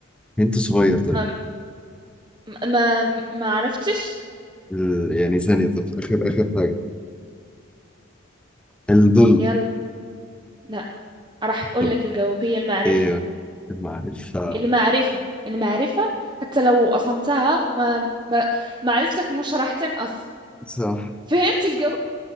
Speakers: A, in the centre; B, on the right.
A: هنت صغير طيب
B: ما ما, ما عرفتش
A: ال- يعني ثانية طب اخر اخر حاجة الظل
B: يلا لا راح أقول
A: طب
B: لك الجواب هي المعرفة
A: ايه المعرفة
B: المعرفة المعرفة حتى لو قسمتها ما, ما معرفتك مش راح تنقص
A: صح
B: فهمت الجو